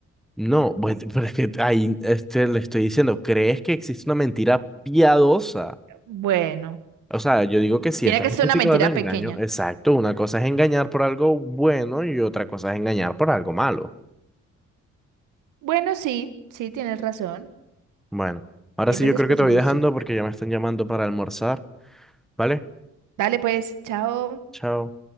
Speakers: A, in the centre; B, on the right.
A: No, <laughs> bueno, pero es que ahí este, le estoy diciendo, ¿crees que existe una mentira piadosa?
B: Bueno,
A: O sea, yo digo que sí,
B: tiene
A: está
B: que
A: justificado
B: ser una mentira
A: el engaño.
B: pequeña.
A: Exacto, una cosa es engañar por algo bueno y otra cosa es engañar por algo malo.
B: Bueno, sí, sí, tienes razón.
A: Bueno, ahora
B: Hay
A: sí
B: veces
A: yo creo
B: que
A: que te
B: se
A: voy
B: justifica.
A: dejando porque ya me están llamando para almorzar, ¿vale?
B: Dale pues, chao.
A: Chao.